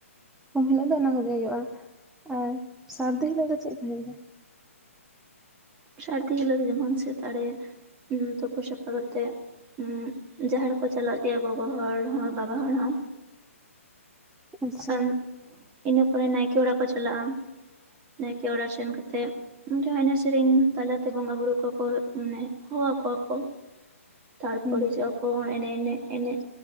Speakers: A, in the centre; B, on the right.
A: ᱩᱢ ᱦᱤᱞᱳᱜ ᱫᱚ ᱚᱱᱟ ᱠᱚᱜᱮ ᱦᱩᱭᱩᱜ-ᱟ, ᱟᱨ ᱥᱟᱹᱨᱫᱤ ᱦᱤᱞᱳᱜ ᱫᱚ ᱪᱮᱫ ᱠᱚ ᱦᱩᱭᱩᱜ ᱜᱮᱭᱟ?
B: ᱥᱟᱹᱨᱫᱤ ᱦᱤᱞᱳᱜ ᱫᱚ ᱡᱮᱢᱚᱱ ᱥᱮᱛᱟᱜ ᱨᱮ ᱛᱩᱯᱩ ᱥᱟᱯᱷᱟ ᱠᱟᱛᱮᱜ ᱦᱩᱸ ᱡᱟᱦᱮᱨ ᱠᱚ ᱪᱟᱞᱟᱜ ᱜᱮᱭᱟ ᱜᱚᱜᱚ ᱦᱚᱲ ᱦᱚᱸ ᱵᱟᱵᱟ ᱦᱚᱲ ᱦᱚᱸ
A: ᱟᱪᱪᱷᱟ
B: ᱟᱸ ᱤᱱᱟᱹ ᱯᱚᱨᱮ ᱱᱟᱭᱠᱮ ᱚᱲᱟᱜ ᱠᱚ ᱪᱟᱞᱟᱜ-ᱟ᱾ ᱱᱟᱭᱠᱮ ᱚᱲᱟᱜ ᱥᱮᱱ ᱠᱟᱛᱮ ᱚᱸᱰᱮ ᱦᱚᱸ ᱮᱱᱮᱡ ᱥᱮᱨᱮᱧ ᱛᱟᱞᱟᱛᱮ ᱵᱚᱸᱜᱟ ᱵᱩᱨᱩ ᱠᱚ ᱢᱟᱱᱮ ᱦᱚᱦᱚ ᱟᱠᱚᱣᱟ ᱠᱚ ᱛᱟᱨᱯᱚᱨᱮ
A: ᱦᱩᱸ
B: ᱠᱚ ᱮᱱᱮᱡ, ᱮᱱᱮᱡ, ᱮᱱᱮᱡ,